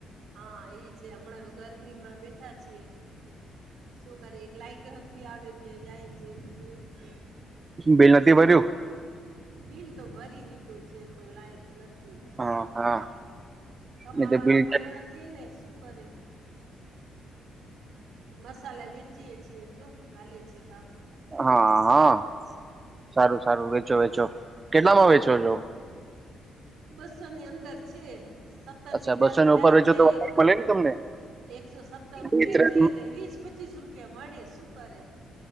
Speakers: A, on the right; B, on the right.
A: હા એ છે હમણાં તો ગરમીમાં બેઠા છીએ શું કરે એક લાઈટ નથી આવે છે જાય છે બધું એવું છે.
B: બિલ નથી ભર્યું.
A: બિલ તો ભરી દીધું છે પણ લાઈટ નથી થી શું
B: હા
A: કરું
B: હા
A: કમા
B: નહી તો
A: વારુ
B: બિલ
A: કોઈ નથી ને શું બરે મસાલા વેચીએ છીએ જો હાલે છે કામ
B: હા હા સારું સારું વેચો વેચો કેટલામાં વેચો છો.
A: બસોની અંદર છે. સત્તરથી
B: અચ્છા
A: ચાલુ
B: બસો ને
A: થાય
B: ઉપર વેચો
A: છે
B: તો
A: એક
B: મળે ને તમને
A: એકસો સત્તર રૂપિયા
B: બે ત્રણ
A: છે વીસ પચીસ રૂપિયા મળે શું કરે